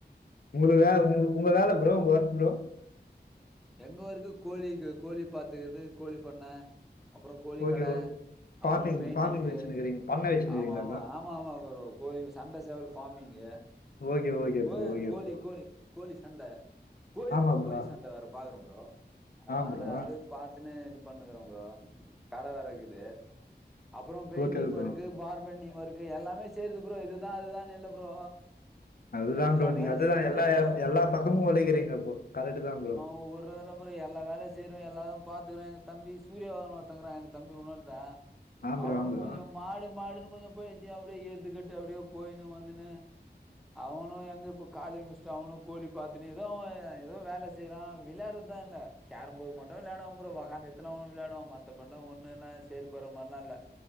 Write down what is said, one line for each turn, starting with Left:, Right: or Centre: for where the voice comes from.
Left: உங்களுக்கு வே உங் உங்க வேல ப்ரோ உங்க ஒர்க் ப்ரோ
Centre: எங்க வொர்க்கு கோழிக்கு கோழி பாத்துக்கிறது கோழி பண்ண அப்பற கோழிக்கட
Left: ஓகே ஓ ஃபார்மிங்
Centre: அப்பற பெயிண்டிங்கு
Left: ஃபார்மிங் வச்சுனுக்கிறீங்க பண்ண வச்சுனுக்கிறீங்களா
Centre: ஆமா ஆமா
Left: ப்ரோ?
Centre: ஆம் மா ஆமா ப்ரோ கோழிங் சண்ட சேவல் ஃபார்மிங்கு
Left: ஓகே ஓகே
Centre: கோ
Left: ப்ரோ ஓகே
Centre: கோழி
Left: ப்ரோ
Centre: கோழி கோழி சண்ட கோழி
Left: ஆமா ப்ரோ
Centre: கோழி சண்ட வேறப் பாக்றோ ப்ரோ அதனால
Left: ஆ ப்ரோ
Centre: அப்டியே ப பாத்துன்னே இது பண்ணுக்குறோ ப்ரோ கட வேறக்குது அப்பறோ பெயிண்டிங்
Left: ஓகே ப்ரோ.
Centre: ஒர்க்கு பார் பெண்டிங் வொர்க்கு எல்லாமே செய்றது ப்ரோ இதுதா அதுதான் இல்ல ப்ரோ
Left: அதுதா
Centre: எல்லா
Left: ப்ரோ நீங்க
Centre: வேலையும்
Left: அதுதா
Centre: செய்றதுதான்
Left: எல்லா
Centre: ப்ரோ
Left: எல்லா பக்கமு ஒழைக்கிறீங்க ப்ரோ கரெட்டு தா ப்ரோ
Centre: இப்ப ஒரு இதுல பூரா எல்லா வேலையு செய்றோ எல்லாதா பாத்துக்குறோ எங்க தம்பி சூரியானு ஒருத்தக்குறா எங்க தம்பி உன்னொருத்த
Left: ஆ ப்ரோ
Centre: அவனு
Left: ஆ ப்ரோ
Centre: கொஞ்ச மாடு மாடுன்னு கொஞ்ச பைத்திய அப்டியே எடுத்துக்கிட்டு அப்டியே போயினு வந்துனு அவனு எங்க இப்ப காலேஜ் முட்ச்சுட்டு அவனு கோழி பாத்துன்னு எதோ அவ எதோ வேல செய்றா விளாட்றதுதா இல்ல கேரம் போர்டு மட்டு விளாடுவா ப்ரோ ஒக்காந்து த்துலா ஒன்னு விளாடுவா மத்தபட்ல்லா ஒன்னுல செயல்படுற மார்லா இல்ல